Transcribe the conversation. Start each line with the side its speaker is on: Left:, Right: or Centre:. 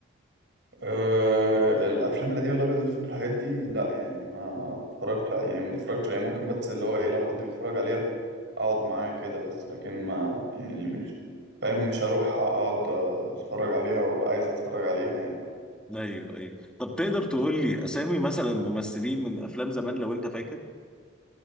Right: أه الافلام القديمة الابيض والاسود والحاجات دي لا يعني ما اتفرجتش عليها يعني ما بتفرجش عليها ممكن بس اللي هو ايه لو حد بيتفرج عليها اقعد معاه كده بس لكن ما يعني مش فاهم مش هروح اقعد اتفرج عليها وابقى عايز اتفرج عليها يعني
Centre: ايوه ايوه طب تقدر تقول لي اسامي مثلا ممثلين من افلام زمان لو انت فاكر